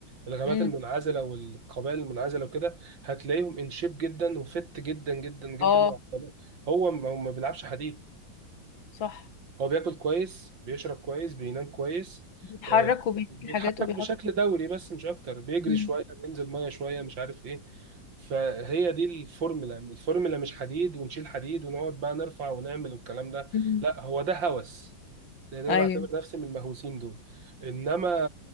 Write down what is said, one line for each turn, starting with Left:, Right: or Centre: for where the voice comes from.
Right: الغابات
Left: امم
Right: المنعزله والقبائل المنعزله وكده هتلاقيهم ان شيب جدا وفت جدا جدا جدا
Left: اه
Right: لوحدهم. هو ما هو ما بيلعبش حديد
Left: صح
Right: هو بياكل كويس بيشرب كويس بينام كويس
Left: بيتحرك
Right: آه،
Left: وبيشيل
Right: بيتحرك
Left: حاجات وبيحط
Right: بشكل دوري بس مش اكتر بيجري
Left: مم.
Right: شويه بينزل ميه شويه مش عارف ايه فهي دي الفورمولا الفورمولا مش حديد ونشيل حديد ونقعد بقى نرفع ونعمل والكلام ده
Left: مم.
Right: لا هو ده هوس لان انا
Left: ايوه
Right: بعتبر نفسي من المهووسين دول انما